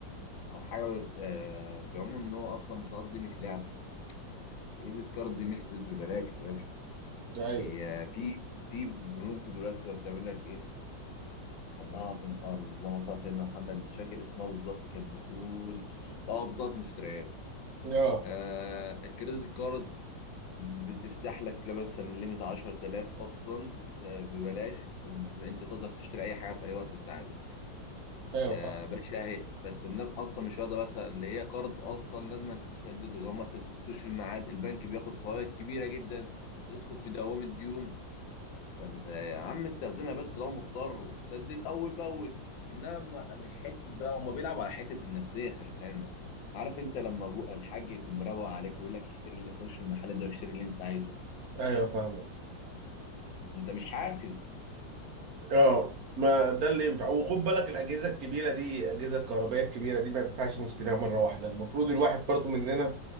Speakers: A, on the left; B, on the right.
A: او حاجه آه في العموم ان هو اصلا البطاقات دي مش لعبه يعني الكريدت كارد دي مش فلوس ببلاش يا باشا
B: ايوه
A: هي في في بنوك دلوقتي بقى بتعمل لك ايه الله العظيم اللهم صل على سيدنا محمد مش فاكر اسمها بالظبط كانت بتقول اه بطاقه مشتريات
B: اه
A: آه الكريدت كارد بتفتح لك لا مثلا ليميت 10000 أصلا آه، ببلاش ب- أنت تقدر تشتري أي حاجة في أي وقت أنت عايزه
B: ايوه
A: يا
B: فاهم
A: باشا هي بس الناس أصلا مش واخدة بس اللي هي قرض أصلا لازم أن تسدده لو ما سددتوش في الميعاد البنك بياخد فوائد كبيرة جدا وتدخل في دوامة ديون فأنت يا عم استخدمها بس لو مضطر وسدد أول بأول إنما ما- مش حتة بقى هما بيلعبوا على حتة النفسية خلي في علمك عارف أنت لما أبو الحاج يكون مروق عليك ويقول لك اشتري اللي خش المحل ده واشتري اللي أنت عايزه
B: ايوه فاهمك
A: انت مش حاسس
B: اه ما ده اللي ينفع وخد بالك الاجهزه الكبيره دي الاجهزه الكهربائيه الكبيره دي ما ينفعش نشتريها مره واحده المفروض الواحد برضو مننا